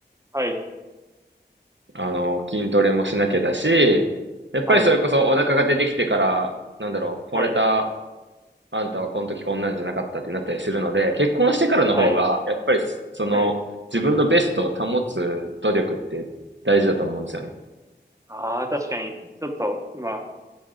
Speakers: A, on the right; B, on the right.
A: はい、
B: あの、筋トレもしなきゃだし、やっぱりそれこそお腹が出てきてから、
A: はい、
B: なんだろう、
A: はい、
B: 惚れたあんたはこの時こんなんじゃなかったってなったりするので、結婚してからの方が、
A: はい、
B: やっぱりその自分のベストを保つ努力って大事だと思うんですよね。
A: はい。ああ、確かに、ちょっと今、さ